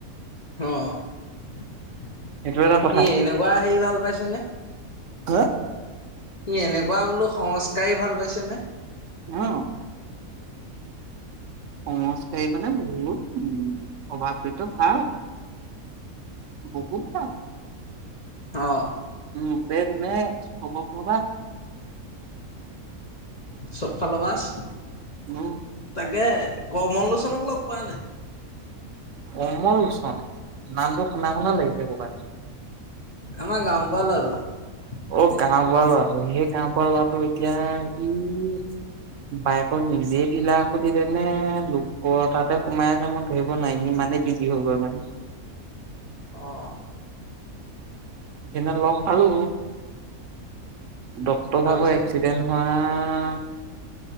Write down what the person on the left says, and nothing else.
অঁ ই'
এনেকুৱা হেৰি ভাল পাইছেনে?
ই' এনেকুৱা বোলো সংস্কাৰী ভাল পাইছেনে।
অঁ
চব ফাৰল-
তাকে কমল লোচনক লগ পোৱা নাই।
আমাৰ গাওঁৰ বুঢ়া লৰাটো।
অঁ
তাৰপিছত